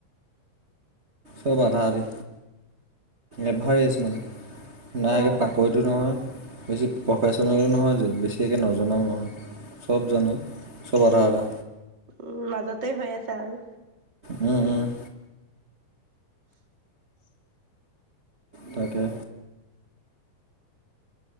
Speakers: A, on the right; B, on the right.
A: চব আধা আধি, এভাৰেছ মানে। নাই
B: অহ,
A: একে পাকৈতটো নহয়। বেছি প্ৰফেচনেলো নহয়, বেছি একে নজনাও নহয়। চব জানো, চব আধা আধা।
B: উ মাজতে হৈ আছা আৰু।
A: উম, উম। তাকে।